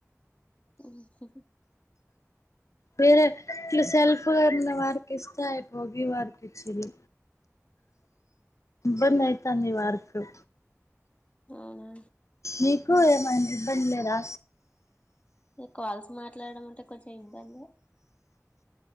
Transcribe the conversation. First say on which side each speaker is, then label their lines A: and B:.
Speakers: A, on the left (about 25°); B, on the left (about 70°).
A: ఓ స
B: వేరే ఇలా సెల్ఫ్గాఉన్న వారికి ఇస్తే అయిపో వారికి ఇచ్చిది. బందయతా ని వార స
A: అవునా
B: మీకు ఏమైనా ఇబ్బంది లేదా
A: మీ కాల్స్ మాట్లాడడం అంటే కొంచెం ఇబ్బంది